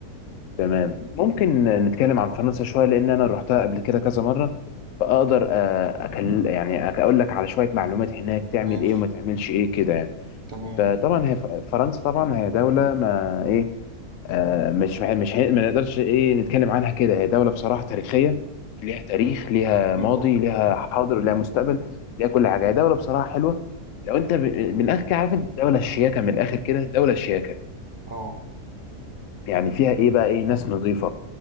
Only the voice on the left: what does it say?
تمام ممكن نتكلم عن فرنسا شوية لأن أنا روحتها قبل كده كذا مرة فأقدر آه، أكل يعني أقول لك على شوية معلومات هناك تعمل
إيه وما تعملش إيه كده يعني
فطبعا هي ف- فرنسا طبعا هي دولة ما ايه آه مش مش هي- ما نقدرش ايه نتكلم عنها كده هي دولة بصراحة تاريخية ليها تاريخ ليها ماضي
ليها حاضر ليها مستقبل ليها كل حاجة هي دولة بصراحة حلوة لو انت ب- من الاخر كده عارف الدولة الشياكة من الاخر كده دولة شياكة
يعني فيها ايه بقى ايه ناس نظيفة